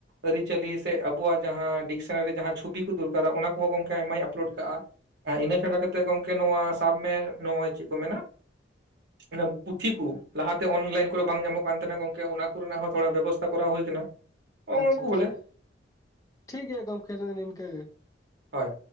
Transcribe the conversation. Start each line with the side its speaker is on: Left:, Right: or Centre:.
Right: ᱟᱹᱨᱤᱪᱟᱹᱞᱤ ᱥᱮ ᱟᱵᱚᱣᱟᱜ ᱡᱟᱦᱟᱸ ᱰᱤᱠᱥᱱᱟᱨᱤ ᱡᱟᱦᱟᱸ ᱪᱷᱚᱵᱤ ᱠᱚ ᱫᱚᱨᱠᱟᱨᱟ ᱚᱱᱟ ᱠᱚᱦᱚᱸ ᱜᱚᱝᱠᱮ ᱟᱭᱢᱟᱣ ᱟᱯᱞᱳᱰ ᱠᱟᱜᱼᱟ ᱤᱱᱟᱹ ᱪᱷᱟᱰᱟ ᱠᱟᱛᱮᱜ ᱜᱚᱝᱠᱮ ᱱᱚᱣᱟ ᱥᱟᱵ ᱢᱮ ᱱᱚᱜ-ᱚᱭ ᱪᱮᱫ ᱠᱚ ᱢᱮᱱᱟ, ᱤᱱᱟᱹ ᱯᱩᱛᱷᱤ ᱠᱩ ᱞᱟᱦᱟ ᱛᱮ ᱚᱱᱞᱟᱭᱤᱱ ᱠᱚᱨᱮ ᱵᱟᱝ ᱧᱟᱢᱚᱜ ᱠᱟᱱ ᱛᱟᱦᱮᱱᱟ ᱜᱚᱝᱠᱮ ᱚᱱᱟ ᱠᱚᱨᱮᱱᱟᱜ ᱦᱚᱸ ᱛᱷᱚᱲᱟ᱾ ᱵᱮᱵᱚᱥᱛᱟ ᱠᱚᱨᱟᱣ ᱦᱳᱭ ᱠᱟᱱᱟ ᱱᱚᱜᱼᱚ
Left: ᱟᱪᱪᱷᱟ
Right: ᱱᱚᱣᱟ ᱠᱚ
Left: ᱟᱪᱪᱷᱟ
Right: ᱵᱚᱞᱮ
Left: ᱴᱷᱤᱠᱜᱮᱭᱟ ᱜᱚᱝᱠᱮ ᱱᱤᱛᱚᱜ ᱫᱚ ᱤᱱᱠᱟᱹᱜ ᱜᱮ
Right: ᱦᱳᱭ